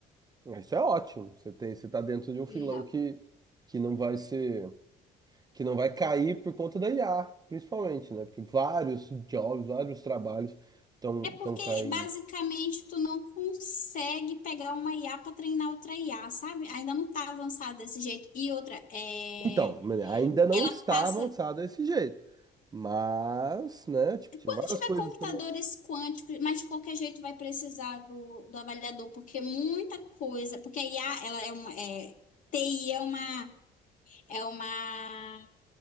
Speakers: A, on the right; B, on the left.
A: Isso é ótimo. Você tem, você tá dentro de um filão
B: não.
A: que, que não vai ser. que não vai cair por conta da IA, principalmente, né? Porque vários jobs, vários trabalhos estão
B: É porque,
A: estão caindo.
B: basicamente, tu não consegue pegar uma IA para treinar outra IA, sabe? Ainda não tá avançada desse jeito. E outra, é...
A: Então, né, ainda não
B: ela
A: está
B: passa.
A: avançado desse jeito. Mas, né, tipo, tinha
B: Quando
A: várias
B: tiver
A: coisas
B: computadores
A: também.
B: quânticos, mas de qualquer jeito vai precisar do, do avaliador, porque é muita coisa, porque a IA, ela é uma, é, TI é uma, é uma,